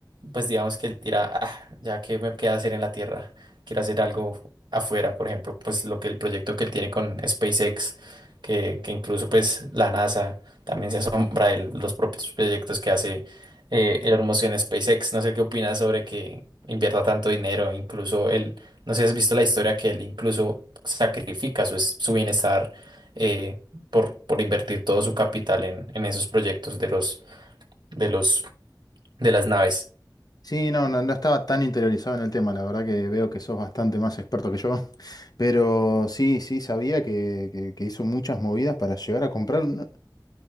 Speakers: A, on the right; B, on the left.
A: pues digamos que él dirá, ah, ya que me queda hacer en la Tierra, quiero hacer algo afuera, por ejemplo, pues lo que el proyecto que él tiene con SpaceX, que, que incluso pues la NASA también se asombra de los propios proyectos que hace eh, el hermoso en SpaceX. No sé qué opinas sobre que invierta tanto dinero, incluso él no sé si has visto la historia que él incluso sacrifica su, es- su bienestar eh, por, por invertir todo su capital en, en esos proyectos de los, de los, de las naves.
B: Sí, no, no, no estaba tan interiorizado en el tema, la verdad que veo que sos bastante más experto que yo, <laughs> pero sí, sí, sabía que, que- que hizo muchas movidas para llegar a comprar. no,